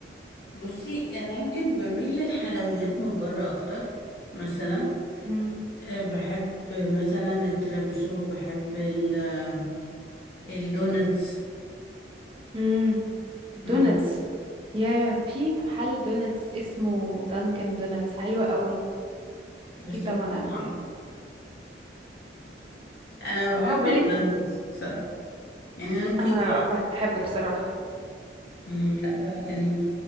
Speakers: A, on the left (about 60°); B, on the right (about 30°).
A: بصي أنا يمكن بميل للحلويات من بره أكتر مثلا
B: امم
A: أه بحب مثلا التيراميسو بحب ال- آه، الدونتس
B: امم دوناتس
A: امم
B: يا في محل دوناتس اسمه دانكن دوناتس حلو قوي
A: بس
B: اكيد طبعا
A: مقاطعة
B: عارفاه
A: انا بحب
B: اه بقالك
A: الدانكنز بصراحة يعني انا يمكن
B: انا
A: جربت
B: بحبه بصراحة
A: امم لا لا يعني